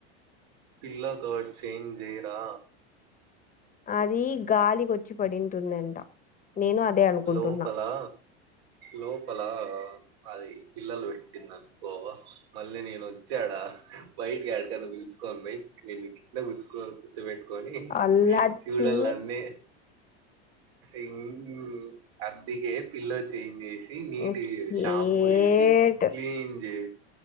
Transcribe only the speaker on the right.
పిల్లో కోడ్ చేంజ్ చేయరా
లోపలా లోపల అది పిల్లలు పెట్టిందనుకో మళ్ళీ నేను వచ్చి అడా బయటికి ఎడికన్నా పిలుచుకోను పోయి నేను ఇట్లా ఉతుక్కొని ఖర్చు పెట్టుకొని
చూడల్లా అన్నీ ఇంగూ అందుకే పిల్లో చేంజ్ చేసి నీట్
గా షాంపూ ఏసి క్లీన్ చే